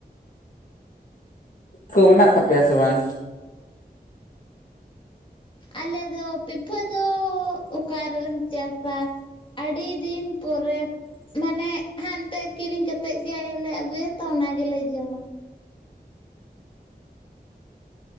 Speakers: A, on the left; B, on the left.
A: ᱠᱚ ᱢᱮᱱᱟᱜ ᱛᱟᱯᱮᱭᱟ ᱥᱮ ᱵᱟᱝ?
B: ᱟᱞᱮ ᱫᱚ ᱯᱤᱯᱷᱟ ᱫᱚ ᱚᱠᱟᱨᱮᱞᱮᱢ ᱪᱟᱥᱟ? ᱟᱹᱰᱤ ᱫᱤᱱ ᱯᱚᱨᱮ ᱢᱟᱱᱮ ᱦᱟᱱᱛᱮ ᱠᱤᱨᱤᱧ ᱠᱟᱛᱮᱜ ᱜᱮᱞᱮ ᱟᱹᱜᱩᱭᱟ ᱛᱚ ᱚᱱᱟ ᱜᱮᱞᱮ ᱡᱚᱢᱟ᱾